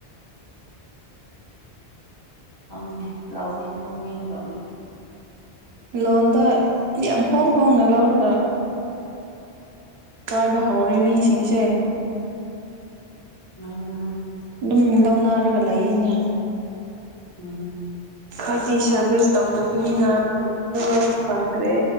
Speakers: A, on the left; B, on the right.
A: ꯍꯪꯗꯦ ꯂꯥꯎꯗꯤ ꯅ ꯃꯤꯈ꯭ꯔꯅꯦ
B: ꯂꯣꯟꯗ ꯌꯥꯝ ꯍꯣꯡ ꯍꯣꯡꯅ ꯂꯧꯔꯒ ꯄꯥꯏꯕ ꯍꯧꯔꯦ ꯃꯤꯁꯤꯡꯁꯦ
A: ꯎꯝ
B: ꯑꯗꯨꯝ ꯂꯧꯅꯔꯒ ꯂꯩꯌꯦꯅꯦ
A: ꯎꯝꯝ
B: ꯍꯥꯏꯗꯤ ꯁꯥꯔꯚꯤꯁ ꯇꯧꯗꯕꯅꯤꯅꯥꯎꯕ ꯐꯪꯗ꯭ꯔꯦ